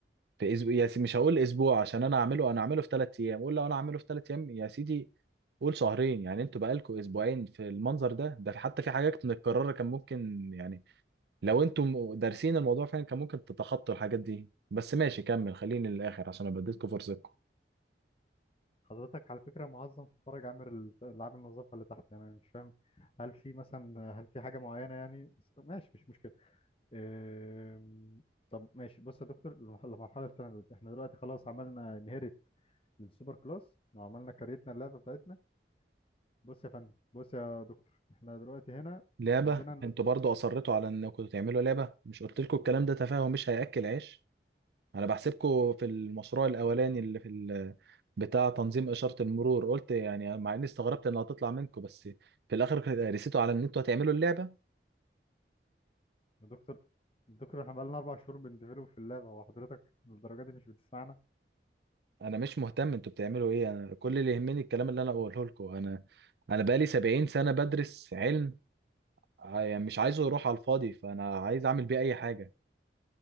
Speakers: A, on the right (about 70°); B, on the left (about 30°).
A: في أسبوع يا سيدي مش هقول أسبوع عشان أنا أعمله أنا أعمله في ثلاث أيام قول لو أنا أعمله في ثلاث أيام يا سيدي قول شهرين يعني انتوا بقالكوا اسبوعين في المنظر ده ده في- حتى في حاجات متكررة كان ممكن يعني لو انتوا م- دارسين الموضوع فعلا كان ممكن تتخطوا الحاجات دي بس ماشي كمل خليني للآخر عشان أنا بديتكم فرصتكم
B: حضرتك على فكرة معظم في فرج عامل ال- عامل النظافة اللي تحت يعني أنا مش فاهم هل في مثلا هل في حاجة معينة يعني بس ماشي مش مشكلة أم، طب ماشي بص يا دكتور المرحلة المرحلة التانية دلوقتي احنا دلوقتي خلاص عملنا انهيرت للسوبر كلاس وعملنا كريتنا اللعبة بتاعتنا بص يا فندم بص يا دكتور احنا دلوقتي هنا
A: لعبة
B: عندنا ال-
A: انتوا برضو اصرتوا على انكم تعملوا لعبة مش قلت لكم الكلام ده تفاهه مش هياكل عيش انا بحسبكم في المشروع الاولاني اللي في ال... بتاع تنظيم اشارة المرور قلت يعني مع اني استغربت انها هتطلع منكم بس في الاخر رسيتوا على ان انتوا هتعملوا اللعبة
B: يا دكتور دكتور احنا بقالنا أربع شهور بنديفلوب في اللعبة وحضرتك للدرجة دي مش بتسمعنا
A: انا مش مهتم انتوا بتعملوا ايه انا كل اللي يهمني الكلام اللي انا اقوله لكم انا انا بقالي 70 سنة بدرس علم يعني مش عايزه يروح على الفاضي فانا عايز اعمل بيه اي حاجة